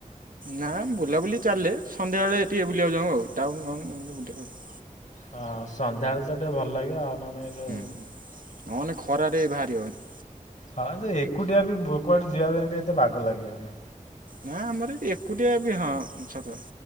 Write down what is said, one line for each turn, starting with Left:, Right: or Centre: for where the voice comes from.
Right: ନା ବୁଲାବୁଲି ଚାଲେ ସନ୍ଧ୍ୟାବେଳେ ଟିକେ ବୁଲିବାକୁ ଯାଉ ଆଉ ଟାଉନ ଫାଉନ ଏମିତି ବୁଲିବାକୁ।
Left: ହଁ ସନ୍ଧ୍ୟାବେଳେ ତ ଟିକେ ଭଲ ଲାଗିବ ଆଉ ନହେଲେ ଯୋଉ
Right: ହୁଁ ନନେ ଖରାରେ ବି ବାହାରି ହବନି।
Left: ହଁ ତ ଏକୁଟିଆ ବି କୁଆଡେ ଯିବା ପାଇଁ ବି ଏତେ ବାଗ ଲାଗିବନି।
Right: ନା ଆମର ଏ ଏକୁଟିଆ ବି ହଁ ସତ କଥା